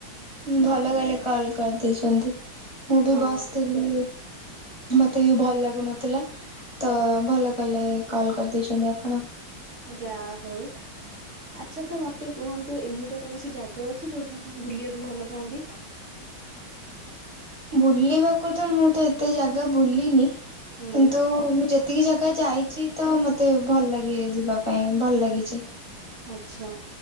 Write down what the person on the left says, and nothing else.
ଭଲ କଲେ କଲ କରିଦେଇଛନ୍ତି ମୁଁ ବି
ବସିଥିଲି। ମତେ ବି ଭଲ ଲାଗୁନଥିଲା ତ ଭଲ କଲେ କଲ କରିଦେଇଛନ୍ତି ଆପଣ।
ବୁଲିବାକୁ ତ ମୁଁ ତ ଏତେ ଜାଗା ବୁଲିନି କିନ୍ତୁ
ମୁଁ ଯେତିକି ଜାଗା ଯାଇଛି ତ ମତେ ଭଲ ଲାଗେ ଯିବା ପାଇଁ ପାଇଁ ଭଲ ଲାଗିଛି।